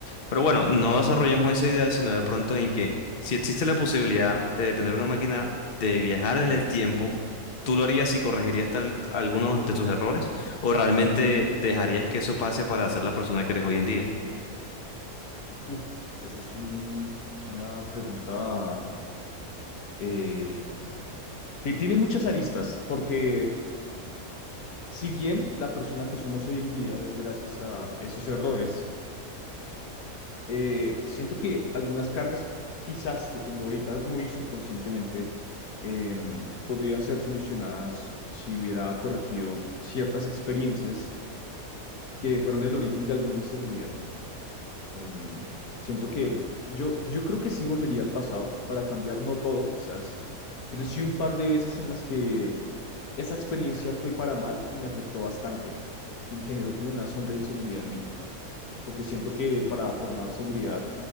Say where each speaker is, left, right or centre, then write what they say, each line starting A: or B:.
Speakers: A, on the left; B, on the left.
A: Pero bueno, no desarrollemos esa idea, sino de pronto en que si existe la posibilidad de tener una máquina de viajar en el tiempo, ¿tú lo harías y corregirías tal, algunos de tus errores? ¿O realmente dejarías que eso pase para ser la persona que eres hoy en día?
B: Uf, esa es un, es una pregunta Eh, y tiene muchas aristas, porque si bien la persona que somos hoy en día es gracias a esos errores, eh, siento que algunas cargas quizás que tengo ahorita muy subconscientemente em, podrían ser solucionadas si hubiera corregido ciertas experiencias que fueron el origen de alguna inseguridad. Em, siento que yo, yo creo que sí volvería al pasado para cambiar, no todo quizás, pero sí un par de veces en las que Esa experiencia fue para mal y me afectó bastante y me generó como una sombra de inseguridad en mí, porque siento que para formar seguridad